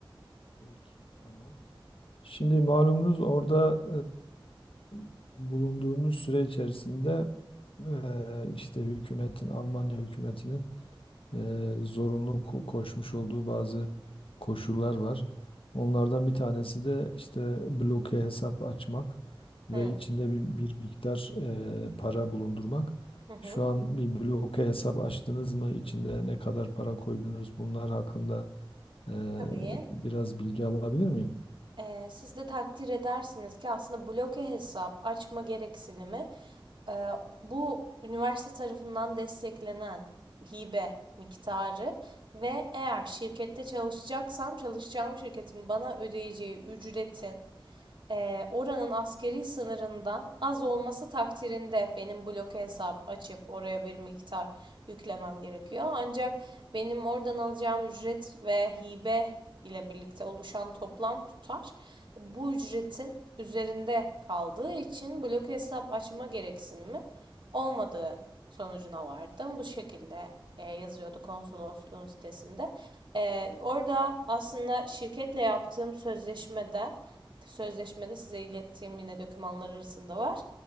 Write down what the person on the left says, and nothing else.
Peki, tamam. Şimdi malumunuz orada e, bulunduğunuz süre içerisinde e, işte hükümetin, Almanya hükümetinin e, zorunlu ko- koşmuş olduğu bazı koşullar var. Onlardan bir tanesi de işte bloke hesap açmak ve
içinde bir, bir miktar e, para bulundurmak.
Şu an bir bloke hesap açtınız mı? İçinde ne kadar para koydunuz? Bunlar hakkında e,
biraz bilgi alabilir miyim?